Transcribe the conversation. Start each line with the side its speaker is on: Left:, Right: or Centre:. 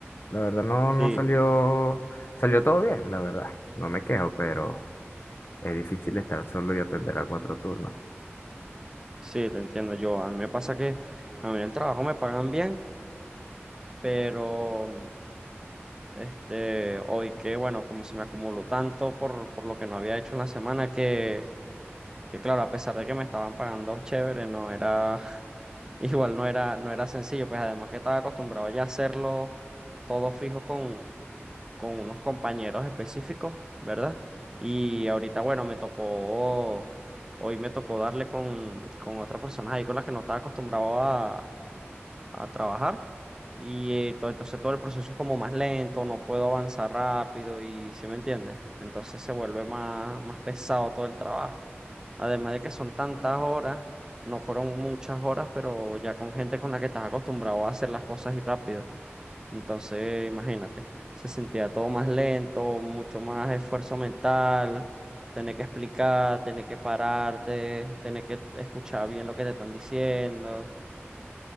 Left: La verdad no,
Right: Sí,
Left: no salió,
Right: yo-
Left: salió todo bien, la verdad. No me quejo, pero es difícil estar solo y atender a cuatro turnos.
Right: sí, te entiendo yo. A mí me pasa que a mí en el trabajo me pagan bien. pero mm, este, hoy que, bueno, como se me acumuló tanto por, por lo que no había hecho en la semana, que, que claro, a pesar de que me estaban pagando chévere, no era, <laughs> igual no era, no era sencillo, pues además que estaba acostumbrado ya a hacerlo todo fijo con, con unos compañeros específicos, ¿verdad? Y ahorita, bueno, me tocó, hoy me tocó darle con, con otras personas ahí con las que no estaba acostumbrado a a trabajar. Y eh, to- entonces todo el proceso es como más lento, no puedo avanzar rápido y si me entiendes? Entonces se vuelve más, más pesado todo el trabajo. Además de que son tantas horas, no fueron muchas horas, pero ya con gente con la que estás acostumbrado a hacer las cosas y rápido. Entonces, imagínate, se sentía todo más lento, mucho más esfuerzo mental, tener que explicar, tener que pararte, tener que escuchar bien lo que te están diciendo.